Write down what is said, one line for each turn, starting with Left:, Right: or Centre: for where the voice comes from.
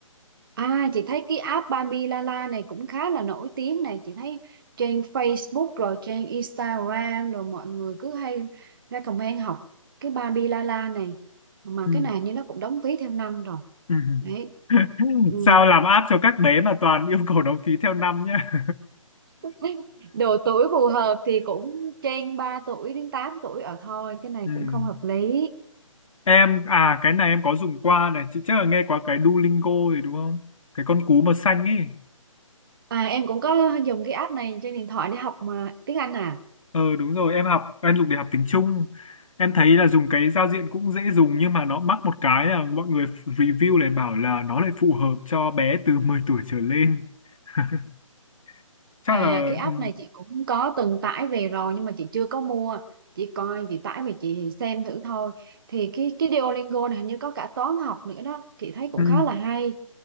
Right: À chị thấy cái app Bambi Lala này cũng khá là nổi tiếng này Chị thấy trên Facebook rồi trên Instagram rồi mọi người cứ hay recommend học cái Bambi Lala này Mà
Left: ừ.
Right: cái này như nó cũng đóng phí theo năm rồi
Left: Ừ.
Right: Đấy
Left: <laughs>
Right: ừ.
Left: sao làm app cho các bé mà toàn yêu cầu đóng phí theo năm nhá
Right: <laughs> Độ tuổi phù hợp thì cũng trên 3 tuổi đến 8 tuổi ở thôi Cái này
Left: <laughs> ừ.
Right: cũng không hợp lý
Left: em à cái này em có dùng qua này chị chắc là nghe qua cái Duolingo rồi đúng không cái con cú màu xanh ấy
Right: À em cũng có dùng cái app này trên điện thoại để học mà tiếng Anh à
Left: Ừ đúng rồi em học em dùng để học tiếng Trung em thấy là dùng cái giao diện cũng dễ dùng nhưng mà nó mắc một cái là mọi người review lại bảo là nó lại phù hợp cho bé từ mười <laughs> tuổi trở lên <laughs> chắc
Right: À
Left: là
Right: cái app
Left: ừ,
Right: này chị cũng có từng tải về rồi nhưng mà chị chưa có mua. Chị coi chị tải về chị xem thử thôi. Thì cái cái Duolingo này hình như có cả toán học nữa đó, chị thấy cũng
Left: ừ,
Right: khá là hay.